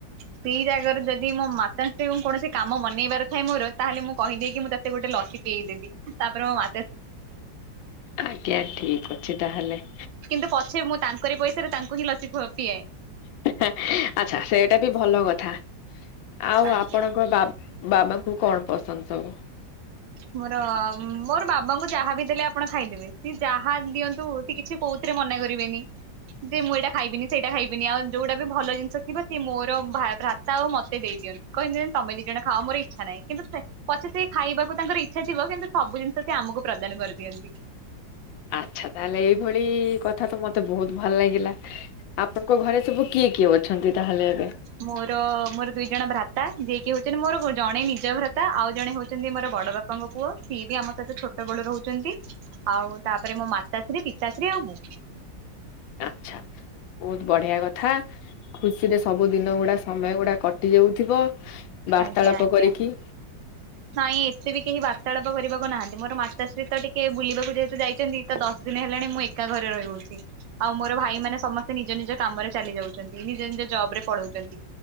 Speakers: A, on the right; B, on the left.
A: ସେଇ ଜାଗାରୁ ଯଦି ମୋ ମାତାତ୍ରୀଙ୍କୁ କୌଣସି କାମ ମନେଇବ ଥାଏ ମୋର ତାହେଲେ ମୁଁ କହିଦେଏକି ମୁଁତେ ତତେ ଗୋଟେ ଲସି ପିଇଦେବି ତାପରେ ମୋ ମା
B: ଆଜ୍ଞା ଠିକ୍ ଅଛି ତାହେଲେ।
A: କିନ୍ତୁ ପଛେ ମୁଁ ତାଙ୍କରି ପଇସାରେ ତାଙ୍କୁ ହିଁ ଲସି ଖୁ ପିଆଏ।
B: ଆଚ୍ଛା ସେଇଟାବି ଭଲ କଥା ଆଉ
A: ଆଜ୍ଞା।
B: ଆପଣଙ୍କ ବା ବାବାଙ୍କୁ କଣ ପସନ୍ଦ ସବୁ?
A: ମୋର ମୋର ବାବାଙ୍କୁ ଯାହାବି ଦେଲେ ଆପଣ ଖାଇଦେବେ ସିଏ ଯାହା ଦିଅନ୍ତୁ। ସେକିଛି କଉଥିରେ ମନା କରିବେନି। ଯେ ମୁଁ ଏଇଟା ଖାଇବିନି ସେଇଟା ଖାଇବିନି ଆଉ ଯୋଉଟାବି ଭଲ ଜିନିଷ ଥିବ ସିଏ ମୋର ଭା ଭ୍ରା ଥାଉ ମତେ ଦେଇଦିଅନ୍ତି କହଦେନ୍ତି ତମେ ଦିଇ ଜଣ ଖାଅ ମୋର ଇଚ୍ଛା ନାହିଁ କିନ୍ତୁ ପଛେ ସେ ଖାଇବାକୁ ତାଙ୍କର ଇଚ୍ଛା ଥିବ କିନ୍ତୁ ସବୁ ଜିନିଷ ସେଆମକୁ ପ୍ରଦାନ କରିଦିଅନ୍ତି।
B: ଆଚ୍ଛା ତାହେଲେ ଏଇଭଳି କଥାତ ମତେ ବହୁତ୍ ଭଲ ଲାଗିଲା। ଆପଣଙ୍କ ଘରେ ସବୁ କିଏ କିଏ ଅଛନ୍ତି ତାହେଲେ ଏବେ?
A: ମୋର ମୋର ଦିଜଣ ଭ୍ରାତା ଯିଏକି ହଉଚନ୍ତି ମୋର ଜଣେ ନିଜ ଭ୍ରାତା ଆଉ ଜଣେ ହଉଚନ୍ତି ମୋର ବଡ଼ ବାପା ବାପାଙ୍କ ପୁଅ ସିଏବି ଆମ ସହିତ ଛୋଟବେଳୁ ରହୁଚନ୍ତି। ଆଉ ତାପରେ ମୋ ମାତାଶ୍ରୀ ପିତାଶ୍ରୀ ଆଉ ମୁଁ।
B: ଆଚ୍ଛା ବହୁତ୍ ବଢ଼ିଆ କଥା। ଖୁସିରେ ସବୁ ଦିନ ଗୁଡ଼ା ସମୟ ଗୁଡ଼ା କଟି ଯାଉଥିବ ବାର୍ତାଳାପ
A: ଆଜ୍ଞା ଆଜ୍ଞା।
B: କରିକି।
A: ନାଇଁ ଏତେବି କେହି ବାର୍ତ୍ତାଳାପ କରିବାକୁ ନାହାନ୍ତି ମୋର ମାତାଶ୍ରୀ ତ ଟିକିଏ ବୁଲିବାକୁ ଯେହେତୁ ଯାଇଚନ୍ତି। ତ ଦଶ ଦିନ ହେଲାଣି ମୁଁ ଏକା ଘରେ ରହିହଉଚି। ଆଉ ମୋର ଭାଇ ମାନ ସମସ୍ତେ ନିଜ ନିଜ କାମରେ ଚାଲି ଯାଉଚନ୍ତି ନିଜ ନିଜ ଜବ୍ ରେ ପଳଉଚନ୍ତି।